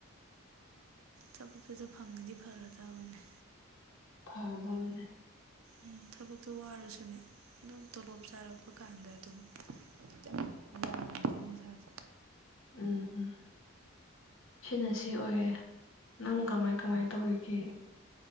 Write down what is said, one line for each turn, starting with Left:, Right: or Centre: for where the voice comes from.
Right: ꯊꯕꯛꯇꯨꯗ ꯐꯪꯉꯗꯤ ꯐꯔꯗꯕꯅꯦ
Left: ꯐꯔꯗꯕꯅꯦ
Right: ꯎꯝ ꯊꯕꯛꯇꯣ ꯋꯥꯔꯁꯨꯅꯦ ꯑꯗꯨꯝ ꯇꯣꯂꯣꯞ ꯆꯥꯔꯛꯄ ꯀꯥꯟꯗ ꯑꯗꯨꯝ ꯈꯤꯇꯪ ꯌꯥꯝ ꯆꯅ ꯏꯁꯥꯁꯦ
Left: ꯎꯝ ꯎꯝ ꯁꯤꯅ ꯁꯤ ꯑꯣꯏꯔꯦ ꯅꯪꯕꯨ ꯀꯃꯥꯏ ꯀꯃꯥꯏ ꯇꯧꯔꯤꯒꯦ